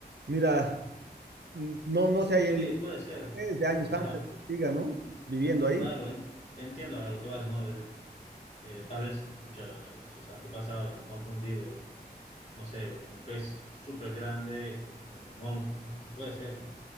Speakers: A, on the right; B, on the left.
A: mira, no, no se haya
B: Sí, puede ser.
A: desde años antes,
B: Ajá,
A: que siga, ¿no? Viviendo ahí.
B: claro, ent- entiendo a lo que vas, ¿no? Es- eh, tal vez pucha, sus antepasados han confundido, no sé, un pez súper grande con, con un monstruo, ¿no? Puede ser, ¿no?